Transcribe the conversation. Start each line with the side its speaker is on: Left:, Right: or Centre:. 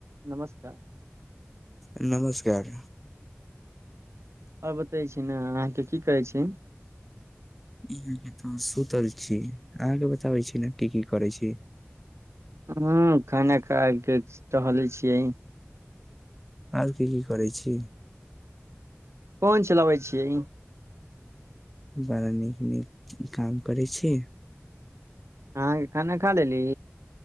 Right: नमस्कार
Centre: नमस्कार
Right: बतय छी ने अहाँके की करहै छी
Centre: इहाँके तऽ सुतल छी अहाँके बताबै छी ने की की करै छी
Right: हं खाना खायकें टहलय छियै
Centre: आर की की करै छी
Right: फोन चलाबय छियै
Centre: बड़ा नीक नीक काम करै छी
Right: अहाँके खाना खा लेली